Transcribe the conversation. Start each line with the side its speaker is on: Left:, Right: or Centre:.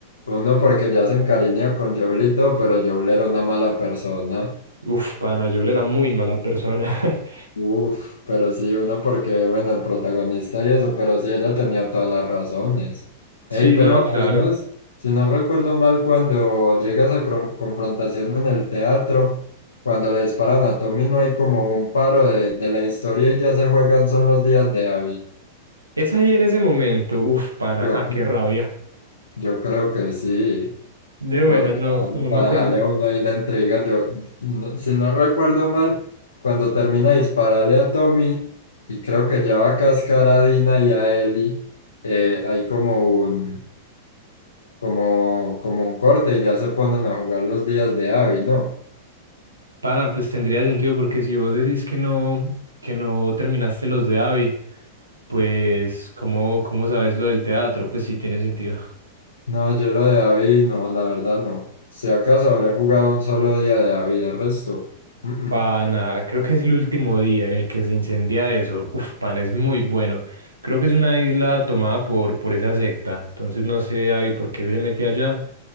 Left: uno porque ya se encariña con Joblito, pero Joble era una mala persona.
Right: Uf, pana, Joel era muy mala persona. <laughs>
Left: Uf, pero sí, uno porque, bueno, el protagonista y eso, pero sí, ella tenía todas las razones.
Right: Sí,
Left: Ey, pero
Right: no, claro.
Left: ahí no si no recuerdo mal, cuando llega esa cron- confrontación en el teatro, cuando le disparan a Tommy, no hay como un paro de, de la historia y ya se juegan son los días de Abby.
Right: Es ahí en ese momento, uf, pana,
Left: Yo,
Right: ja,
Left: cre-
Right: qué rabia.
Left: yo creo que sí.
Right: De buena,
Left: Por-
Right: no,
Left: claro,
Right: no
Left: para
Right: me acuerdo.
Left: dejarle a uno ahí la entrega. Yo, no- si no recuerdo mal, cuando termina de dispararle a Tommy, y creo que ya va a cascar a Dina y a Ellie, eh, hay como un, como, como un corte y ya se ponen a jugar los días de Abby, ¿no?
Right: Pana, pues tendría sentido porque si vos decís que no, que no terminaste los de Avi, pues ¿cómo, cómo sabes lo del teatro? Pues sí tiene sentido.
Left: No, yo lo de Abby, no, la verdad no. Si acaso habré jugado un solo día de Abby, de resto. mm, mm.
Right: Pana, creo que es el último día en el que se incendia eso. Uf, pana, es muy bueno. Creo que es una isla tomada por, por esa secta. Entonces no sé, Avi, por qué se mete allá.